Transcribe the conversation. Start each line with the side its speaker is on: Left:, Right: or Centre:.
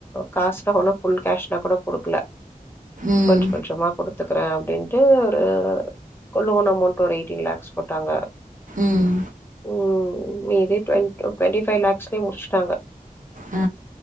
Left: காசுலா ஃபுல் கேஸ்னா கூட கொ இல்ல
Right: ம்
Left: கொஞ்ச கொஞ்சமா கொடுத் குடுத்துக்குறேன் அப்டின்ட்டு ஒரு <inaudible> ஒரு அமௌண்ட் ஒரு எய்டின் லக்ஸ் போட்டாங்கா
Right: ம்
Left: உம் இதே ட்வெண் ட்வெண்டி ஃபைவ் லக்ஸ்க்கே முடிச்சுட்டாங்க
Right: ஆ